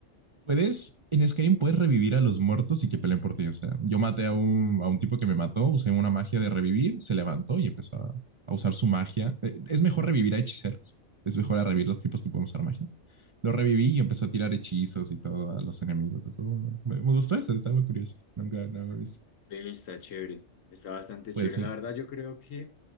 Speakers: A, on the right; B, on the left.
A: Puedes, en Skyrim puedes revivir a los muertos y que peleen por ti. O sea, yo maté a un, a un tipo que me mató, usé una magia de revivir, se levantó y empezó a, a usar su magia. Eh, Es mejor revivir a hechiceros. Es mejor a revivir los tipos que pueden usar magia. Lo reviví y empezó a tirar hechizos y todo a los enemigos. Eso, bueno, me, me gustó eso, estaba curioso. Nunca, no lo he visto.
B: Ve, Está chévere. Está bastante
A: Pues
B: chévere.
A: eh,
B: La verdad, yo creo que